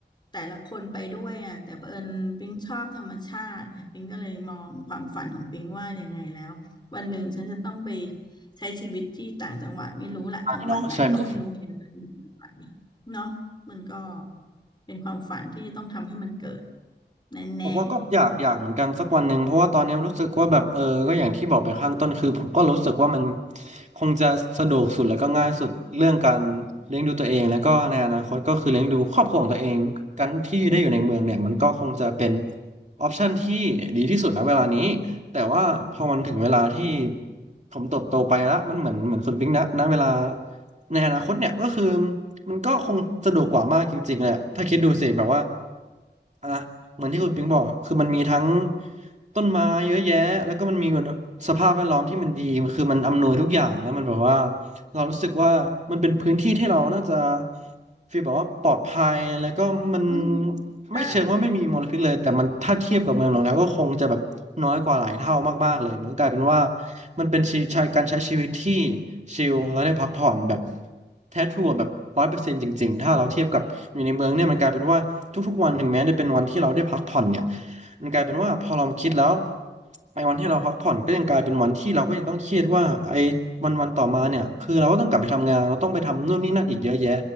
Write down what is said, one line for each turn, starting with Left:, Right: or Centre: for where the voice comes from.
Left: แต่ละคนไปด้วยอ่ะแต่เผอิญปิงชอบธรรมชาติเนี่ยปิงก็เลยมองความฝันของปิงว่ายังไงแล้ววันหนึ่งฉันจะต้องไปใช้ชีวิตที่ต่างจังหวัดไม่รู้ละจังหวัดไหนก็ไม่รู้เห็นแล้วมันไป
Right: ใช่เนาะใช่ไหม
Left: เนาะมันก็เป็นความฝันที่จะต้องทำให้มันเกิดแน่
Right: ผมว่าก็อยากอยากเหมือนกันสักวันหนึ่งเพราะว่าตอนนี้รู้สึกว่าแบบเออก็อย่างที่บอกไปข้างต้นคือผมก็รู้สึกว่ามัน
Left: ๆ
Right: คงจะสะดวกสุดแล้วก็ง่ายสุดเรื่องการเลี้ยงดูตัวเองแล้วก็ในอนาคตก็คือเลี้ยงดูครอบครัวของตัวเองกันที่ได้อยู่ในเมืองเนี่ยมันก็คงจะเป็นออปชันที่ดีที่สุดนะเวลานี้แต่ว่าพอมันถึงเวลาที่ผมเติบโตไปแล้วมันเหมือนเหมือนคุณบิ๊กนะณเวลาในอนาคตเนี่ยก็คือมันก็คงสะดวกกว่ามากจริงๆแหละถ้าคิดดูสิแบบว่าอ่ะ เหมือนที่คุณปิงบอกอะคือมันมีทั้งต้นไม้เยอะแยะแล้วก็มันมีสภาพแวดล้อมที่มันดีคือมันอำนวยทุกอย่างแล้วมันแบบว่าเรารู้สึกว่ามันเป็นพื้นที่ที่เราน่าจะฟีลแบบว่าปลอดภัยแล้วก็มัน
Left: อืมใช่
Right: ไม่เชิงว่าไม่มีมลพิษเลยแต่มันถ้าเทียบกับเมืองหลวงแล้วก็คงจะแบบน้อยกว่าหลายเท่ามากๆเลยมันก็กลายเป็นว่า มันเป็นชีใช้การใช้ชีวิตที่ชิลแล้วได้พักผ่อนแบบแท้ทรูอะแบบร้อยเปอร์เซ็นต์จริงๆถ้าเราเทียบกับอยู่ในเมืองเนี่ยมันกลายเป็นว่าทุกๆวันถึงแม้จะเป็นวันที่เราได้พักผ่อนเนี่ยมันกลายเป็นว่าพอเราคิดแล้วไอ้วันที่เราพักผ่อนก็ยังกลายเป็นวันที่เราก็ยังต้องเครียดว่าไอ้วันวันต่อมาเนี่ยคือเราก็ต้องกลับไปทำงานเราต้องไปทำนู่นนี่นั่นอีกเยอะแยะ